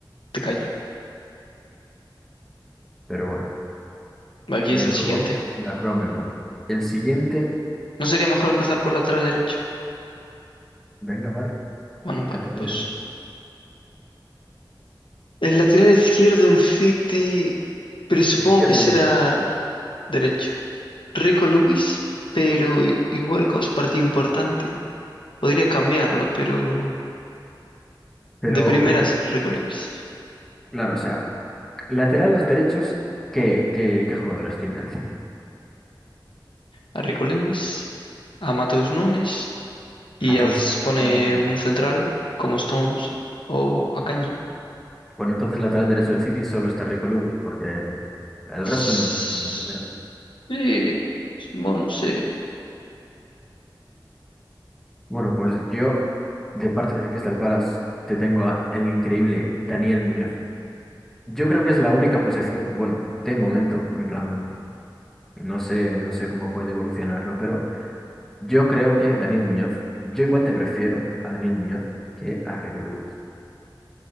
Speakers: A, on the left; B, in the centre.
A: Te calla.
B: pero bueno,
A: quién
B: de
A: es el
B: nuevo,
A: siguiente?
B: la Croa muy buena. El siguiente,
A: ¿No sería mejor empezar por lateral derecho?
B: venga, vale,
A: Bueno,
B: lateral
A: vale, pues.
B: derecho.
A: El lateral izquierdo del City, presupongo
B: izquierdo
A: que será
B: derecho.
A: derecho. Rico Lewis, pero i- igual como es partido importante, podría cambiarlo, pero
B: Pero,
A: de primeras
B: pero,
A: Rico Lewis.
B: claro, o sea, laterales derechos, ¿qué, qué, qué jugadores tiene el City?
A: A Rico Lewis, a Mateus Nunes y
B: Mateus.
A: a veces pone
B: no es la-
A: un central como Stones o a Kanji.
B: Bueno, entonces lateral derecho del City solo está Rico Lewis, porque el
A: Sí,
B: resto no es no es lateral.
A: bueno, sí.
B: Bueno, pues yo De parte del Crystal Palace, te tengo a el increíble Daniel Muñoz. Yo creo que es la única posición, bueno, de momento, en plan, no sé, no sé cómo puede evolucionarlo, pero yo creo que Daniel Muñoz, yo igual te prefiero a Daniel Muñoz que a Rico Lewis.